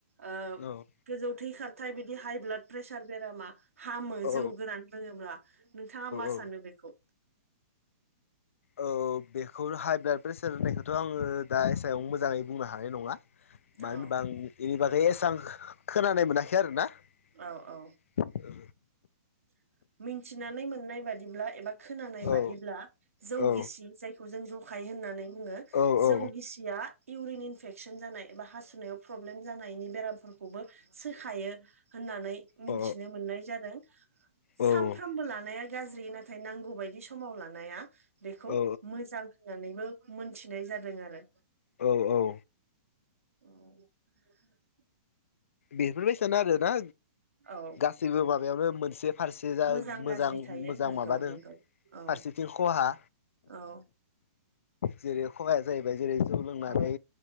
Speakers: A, on the right; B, on the left.
A: ओ
B: औ
A: गोजौ थै खारथाय बिदि हाइ ब्लाद प्रेसार बेरामा हामो
B: औ
A: जौ गोरान लोङोब्ला नों नोंथाङा मा
B: औ
A: सानो बेखौ?
B: औ बेखौ हाइ ब्लाड प्रेसार होननायखौथ' आङो दा सायाव मोजाङै बुंनो हानाय नङा । मानो
A: औ
B: होनबा आं बेनि बागै एसां खोनानाय मोनाखै आरो ना ।
A: औ <inaudible> मिथिनानै मोननाय बादिब्ला एबा खोनानाय बादिब्ला
B: औ
A: जौ
B: औ
A: गिसि जायखौ जों जौ खाय होननानै बुङो
B: औ
A: जौ
B: औ
A: गिसिया इउरिन इनफेकसन जानाय बा हासुनायाव प्रब्लेम जानायनि बेरामफोरखौबो सोखायो होननानै मिथिनो
B: अ
A: मोननाय जादों
B: औ
A: सानफ्रोमबो लानाय गाज्रि नाथाय नांगौ बादि समाव लानाया बेखौ
B: औ
A: मोजां होननानैबो मोनथिनाय जादों आरो
B: औ औ
A: औ <unintelligible>
B: बेफोरबायसयानो आरोना
A: औ
B: गासैबो माबायावनो मोनसे फारसे जा
A: मोजां गाज्रि थायो
B: मोजां
A: नंगौ
B: माबादों
A: नंगौ औ
B: फारसेथिं खहा
A: औ
B: जेरै खहाया जाहैबाय जेरै जौ लोंनानै
A: औ